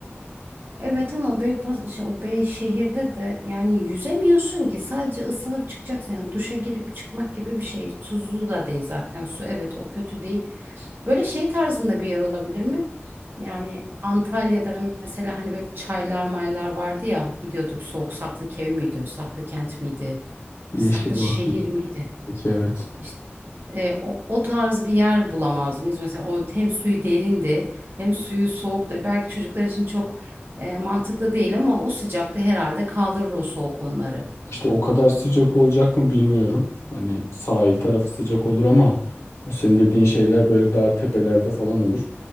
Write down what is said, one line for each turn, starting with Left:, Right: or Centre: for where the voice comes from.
Right: Evet ama Beypaz, şey, o Bey şehirde de yani yüzemiyorsun ki sadece ısınıp çıkacaksın. Yani duşa girip çıkmak gibi bir şey. Tuzlu da değil zaten su. Evet o kötü değil. Böyle şey tarzında bir yer olabilir mi? Yani Antalya'da mesela hani böyle çaylar maylar vardı ya gidiyorduk soğuk Saklı Kevi miydi? Saklı Kent miydi? Saklı
Left: Yeşil
Right: Şehir
Left: var.
Right: miydi?
Left: Peki evet.
Right: İşte e, o, o tarz bir yer bulamaz mıyız? Mesela o hem suyu derindi hem suyu soğuktu. Belki çocuklar için çok e, mantıklı değil ama o sıcakta herhalde kaldırır o soğuk onları.
Left: İşte o kadar sıcak olacak mı bilmiyorum. Hani sahil tarafı sıcak olur ama o senin dediğin şeyler böyle daha tepelerde falan olur.